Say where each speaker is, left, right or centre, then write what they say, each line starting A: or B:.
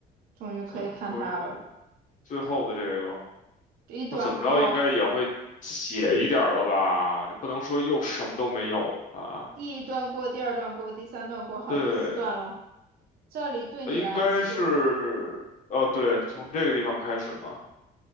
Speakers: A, on the right (about 60°); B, on the left (about 50°).
A: 终于可以看它了。
B: 咱们可以最后的这个。
A: 第一段过，
B: 我怎么着应该也会写一点儿了吧？那不能说又什么都没有吧？
A: 第一段过，第二段过，第三段过，好，
B: 对，
A: 第四段了。这里对你来说，
B: 呃应该是，哦，对，从这个地方开始嘛。